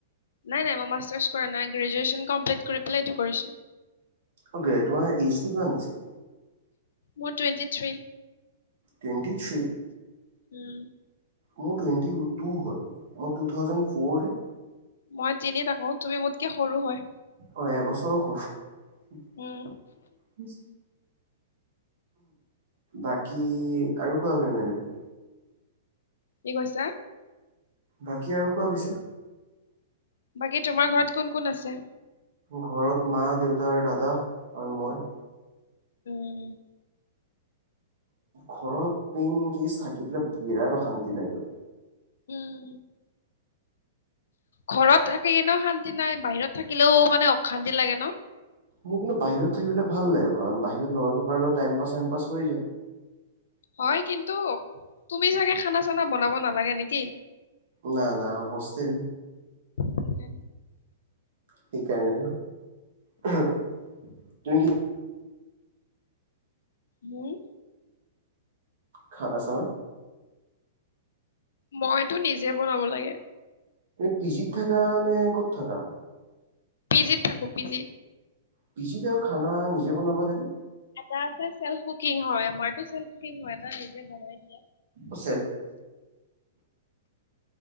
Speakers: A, on the left; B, on the right.
A: নাই নাই মই মাষ্টাৰ্ছ কৰা নাই গ্ৰেজুৱেচন কমপ্লিট কৰি পেলাই এইটো কৰিছো।
B: অকে তোমাৰ ইজটো কিমান দিছে?
A: মোৰ twenty three.
B: Twenty three?
A: Um
B: মোৰ টুৱেণ্টি টু হয়, মোৰ টু থাউজেণ্ড ফৰ যে।
A: মই তিনি থাকো তুমি মোতকে সৰু হয়
B: অ এবছৰ সৰু
A: উম
B: বাকী আৰু কোৱা বম বোলে,
A: কি কৈছে।
B: বাকী আৰু কোৱা পিছে?
A: বাকী তোমাৰ ঘৰত কোন কোন আছে?
B: ঘৰত মা, দেউতা, দাদা আৰু মই,
A: উম
B: ঘৰত পিন্ গেছ থাকি পেলাই বিৰাট অশান্তি লাগে।
A: উম ঘৰত থাকে এনে শান্তি নাই বাহিৰত থাকিলেও মানে অশান্তি লাগে ন,
B: মোৰ কিন্তু বাহিৰত থাকিবলৈ ভাল লাগে কাৰণ বাহিৰত লৰা পাৰ লগ টাইম পাছ চাইম পাছ হৈ যায়।
A: হয় কিন্তু তুমি চাগে খানা চানা বনাব নালাগে নেকি?
B: ন না হোষ্টেল
A: <inaudible>
B: সেইকাৰণে, তুমি কি?
A: উম
B: খানা চানা?
A: মইতো নিজে বনাব লাগে।
B: পিজিত থাকা নে ক'ত থাকা?
A: পিজিত থাকো পিজিত।
B: পিজিতে খানা নিজে বনাব লাগে।
A: এটা আছে সেলফ কুকিং হয় আমাৰ টো ছেলফ কোকিং হয়, এটা নিজে বনাই দিয়ে।
B: উ চেলফ